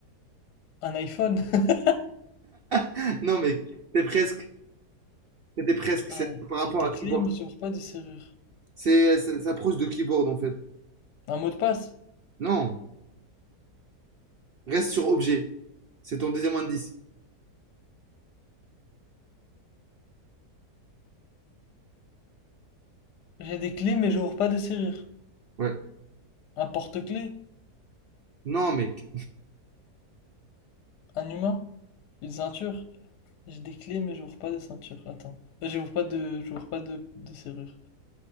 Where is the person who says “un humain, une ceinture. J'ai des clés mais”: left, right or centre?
Left